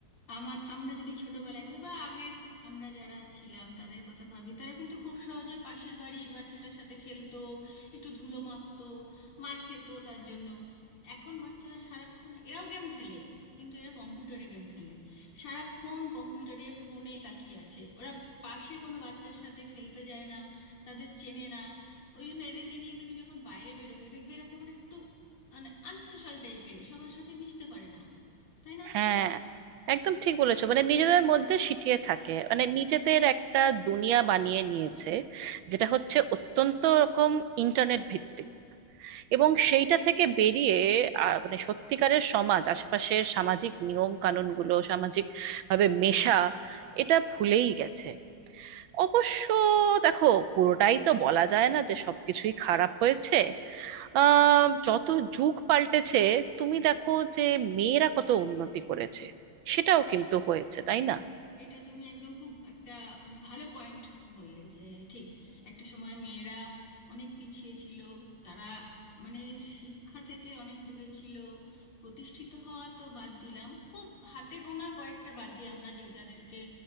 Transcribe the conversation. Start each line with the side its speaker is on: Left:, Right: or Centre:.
Left: আমার আমরা যদি ছোটবেলায় ভাবি বা আগের আমরা যারা ছিলাম তাদের কথা ভাবি তারা কিন্তু খুব সহজে পাশের বাড়ির বাচ্চাটার সাথে খেলতো একটু ধুলো মাখতো মার খেত তার জন্য এখন বাচ্চারা সারাক্ষণ এরাও গেম খেলে কিন্তু এরা কম্পিউটারে গেম খেলে সারাক্ষণ কম্পিউটারে ফোনে তাকিয়ে আছে ওরা পাশে কোনো বাচ্চার সাথে খেলতে যায় না তাদের চেনে না ওই জন্য এদেরকে নিয়ে তুমি যখন বাইরে বেরোবে দেখবে এরা মানে আনসোশাল টাইপের সবার সাথে মিশতে পারে না তাই না
Right: হ্যাঁ একদম ঠিক বলেছো মানে নিজেদের মধ্যে সিটিয়ে থাকে মানে নিজেদের একটা দুনিয়া বানিয়ে নিয়েছে যেটা হচ্ছে অত্যন্ত রকম ইন্টারনেট ভিত্তিক এবং সেইটা থেকে বেরিয়ে আহ, মানে সত্যিকারের সমাজ আশেপাশের সামাজিক নিয়ম কানুনগুলো সামাজিক ভাবে মেশা এটা ভুলেই গেছে অবশ্য দেখো পুরোটাই তো বলা যায় না যে সবকিছুই খারাপ হয়েছে আহ যত যুগ পাল্টেছে তুমি দেখো যে মেয়েরা কত উন্নতি করেছে সেটাও কিন্তু হয়েছে তাই
Left: এন-
Right: না
Left: এটা তুমি একদম খুব একটা মানে ভালো পয়েন্ট বললে যে ঠিক একটা সময় মেয়েরা অনেক পিছিয়ে ছিল তারা মানে শিক্ষা থেকে অনেক দূরে ছিল প্রতিষ্ঠিত হওয়া তো বাদ দিলাম খুব হাতে গোনা কয়েকটা বাদ দিয়ে আমরা যে যাদেরকে